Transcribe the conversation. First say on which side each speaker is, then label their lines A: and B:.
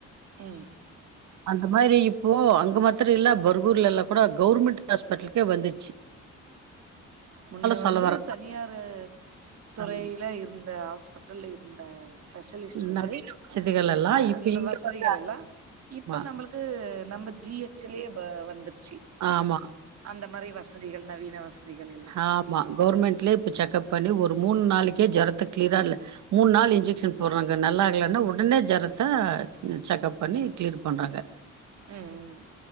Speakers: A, on the right; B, on the right.
A: ம்
B: அந்த மாரி இப்போ அங்க மாத்திர இல்ல பரர்கூர்லல்லா கூட கவுர்மெண்ட் ஹாஸ்பிட்டலுகே வந்துச்
A: முன்ன
B: சொல்ல
A: வந்து
B: வர
A: தனியாரு துறையில்லா
B: ஆமா
A: இருந்த ஹாஸ்பிட்டல் இரு ந்த ஸ்பெஷலிஸ்ட் வந்து
B: நவீன வசதிகள் எல்லா
A: ஆ <unintelligible>
B: இப்ப இங்க
A: வசதிகள்
B: வந்து
A: எல்லா
B: ஆமா
A: இப்ப நம்மளுக்கு நம்ம ஜிஹச்லே வ வந்துட் ச்சி
B: ஆமா
A: அந்த மாரி வசதிகள் நவீனா வசதிகள் எல்லா
B: ஆமா கவுவர்மெண்ட்லயே இப்போ செக்கப் பண்ணி ஒரு மூணு நாளைளுக்கே ஜரத்த கிளீரா இல் மூணு நாள் இன்ஜெக்ஷன் போடுறாங்க நல்லா ஆகலன்னா உடனே ஜரத்த செக்கப் பண்ணி கிளீர் பண்றாங்க
A: ம் ம்